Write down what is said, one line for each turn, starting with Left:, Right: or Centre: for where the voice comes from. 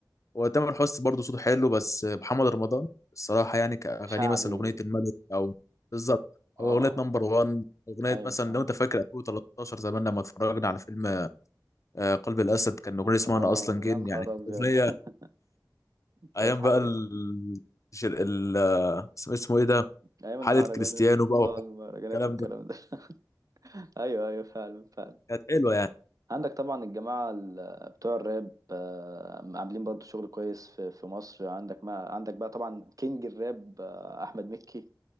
Left: وتامر حسني برضه صوته حلو بس محمد رمضان الصراحة يعني كأغانيه
Right: شعبي
Left: مثلا أغنية الملك أو بالظبط
Right: اه
Left: أو أغنية
Right: آه.
Left: نمبر وان أغنية
Right: ايوه
Left: مثلا
Right: فاهم
Left: لو أنت فاكر 2013 زمان لما اتفرجنا على فيلم آه، قلب الأسد كان أغنية اسمها
Right: اه
Left: أنا أصلا جن
Right: يا نهار
Left: يعني
Right: ابيض
Left: أغنية
Right: <laughs> كانت
Left: أيام
Right: حاجه
Left: بقى ال... جر- ال... اسمه اسمه إيه ده
Right: ايام
Left: حالة
Right: المهرجانات
Left: كريستيانو
Right: تطلع
Left: بقى
Right: المهرجانات
Left: والكلام
Right: والكلام
Left: ده
Right: ده <laughs> ايوه ايوه فعلا فعلا
Left: كانت حلوة يعني
Right: عندك طبعا الجماعه ال- بتوع الراب آه، عاملين برضو شغل كويس في في مصر عندك ما عندك بقى طبعا كينج الراب آه، احمد مكي